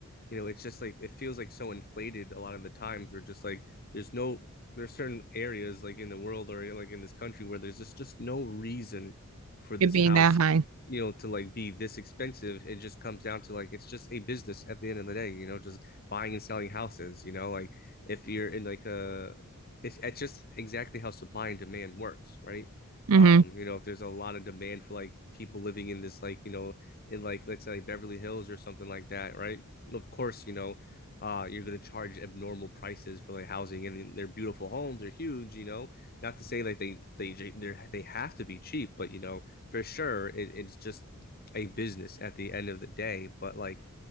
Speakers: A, on the left; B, on the right.
A: you know, it's just like it feels like so inflated a lot of the times. We're just like, there's no, there's certain areas like in the world or like in this country where there's just just no reason for this
B: it being
A: house,
B: that high.
A: you know, to like be this expensive. It just comes down to like it's just a business at the end of the day, you know, just buying and selling houses. You know, like if you're in like a, it's, it's just exactly how supply and demand works, right?
B: hmm
A: um you know if there's a lot of demand for like people living in this like you know in like let's say Beverly Hills or something like that right of course, you know, uh, you're going to charge abnormal prices for like housing and their beautiful homes are huge, you know, not to say like they, they, they they have to be cheap, but you know, for sure it, it's just a business at the end of the day. But like